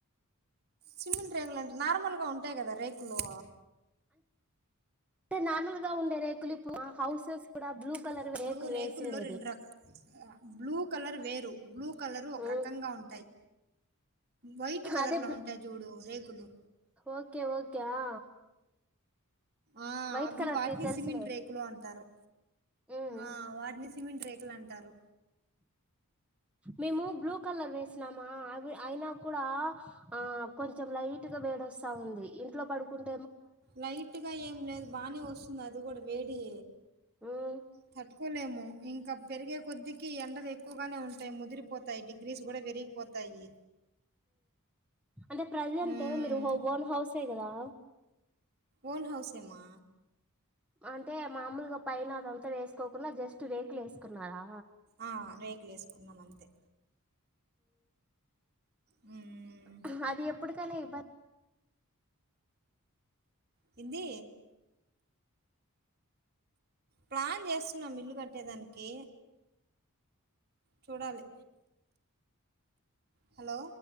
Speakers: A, on the right; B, in the centre.
A: సిమెంట్ రేకులె అంటే నార్మల్ ఇ ఉంటాయి కదా రేకులు.
B: అంటే నార్మూల్గా ఉండే రేకులి పు హౌసెస్ కూడా బ్లూ. కలర్
A: ఇప్పుడు
B: రేకులు
A: రేకుల్లో
B: వేసిండేది
A: రెండు రక బ్లూ కలర్ వేరు బ్లూ కలరు ఒక
B: ఉమ్
A: రకంగా ఉంటాయి, వైట్ కలర్లో
B: అదే
A: ఉంటాయి జూడు రేకులు
B: ఓకే ఓకే ఆ
A: ఆ
B: వైట్
A: అవి
B: కలర్
A: వాటిని
B: టీ తెలుసులే
A: సిమింట్ రేకులు అంటారు
B: ఉమ్
A: ఆ వాటిని సిమెంట్ రేకులు అంటారు
B: మేము బ్లూ కలర్ వేసినామా అవి అయినా కూడా ఆ కొంచెం లైట్ గా వేడొస్తా ఉంది ఇంట్లో పడుకుంట.
A: లైట్ గా ఏం లేదు బాగానే వస్తుంది అది కూడా వేడి.
B: ఉమ్
A: తట్టుకోలేము ఇంకా పెరిగే కొద్దికి ఎండలు ఎక్కువగానే ఉంటాయి ముదిరిపోతాయి డిగ్రీస్ కూడా పెరిగిపోతాయి
B: అంటే ప్రజెంట్
A: మ్మ్.
B: మీరు ఓ ఓన్ హౌసే కదా
A: ఓన్ హౌసే మా
B: అంటే మామూలుగా పైన అదంతా వేసుకోకుండా జస్ట్ రేకులు వేసుకున్నారా.
A: ఆ రేకులు వేసుకున్నాము అంతే ఉమ్
B: ఆ అది ఇప్పుడుకైనా ఇబ
A: హిందీ ప్లాన్ చేస్తున్నాం ఇల్లు కట్టేదానికి చూడాలి హలో